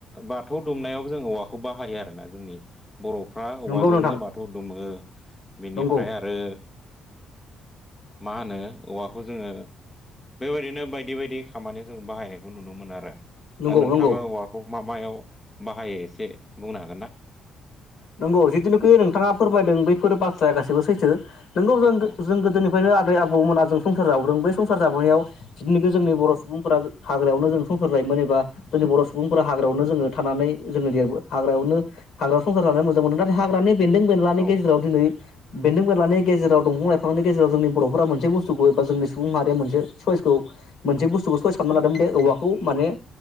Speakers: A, on the left (about 15°); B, on the left (about 70°).
A: बाथौ दुमनायाव जों औवाखौ बाहायो आरो ना जोंनि बर'फ्रा अबेबाजोंनो
B: नंगौ नोंथां
A: बाथौ दुुमो बेनिफ्राय
B: नंगौ
A: आरो मा होनो औवाखौ जोङो बेबायदिनो बायदि बायदि खामानियाव जों बाहायनायखौ नुनो मोन आरो
B: नंगौ
A: दा नोंथाङाबा
B: नंगौ
A: औवा बे म मायाव बाहायो एसे बुंनो हागोन ना
B: नंगौ जिथुुनुखि नोंथाङा फोरमायदों बैफोर बाथ्राया गाससिबो सैथो नोंगौ जों
A: औ
B: जों गोदोनि ओमफ्रायनो आदै आबौमोना जों संसार जाबोदों बै संसार जाबोनायाव जिनिखि जोंनि बर' सुबुंफोरा हाग्रायावनो जों संसार गायोमोन एबा जोंनि बर' सुबुंफोरा हाग्रायावनो जोङो थानानै जोङो देरबो हाग्रायावनो हाग्रा संसार जानो मोजां मोनो नाथाय हाग्रानि बेन्दों बेनलानि
A: औ
B: गेजेराव दिनै बेन्दों बेलानि गेजेराव दंफां लाइफांनि गेजेराव जोंनि बर'फोरा मोनसे बुस्थुखौ एबा जोंनि सुबुं मारिया मोनसे सयसखौ मोनसे बुस्थुखौ सहाय खालामना लादोंमोन बे औवाखौ माने